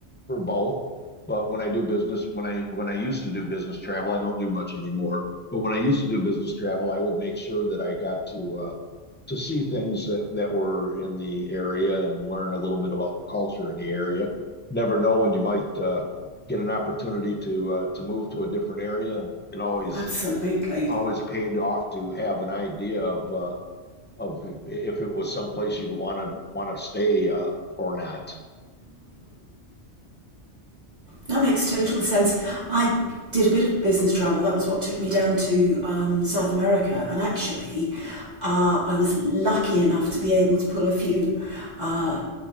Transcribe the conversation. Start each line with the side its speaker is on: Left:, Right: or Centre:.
Left: for both. But when I do business, when I when I used to do business travel, I don't do much anymore. But when I used to do business travel, I would make sure that I got to uh, to see things that that were in the area and learn a little bit about the culture in the area. Never know when you might uh, get an opportunity to uh, to move to a different area, and it always
Right: Absolutely.
Left: always paid off to have an idea of uh, of if, it was someplace you'd want to want to stay uh, or not.
Right: That makes total sense. I did a bit of business travel. That was what took me down to um, South America. And actually, uh, I was lucky enough to be able to pull a few uh,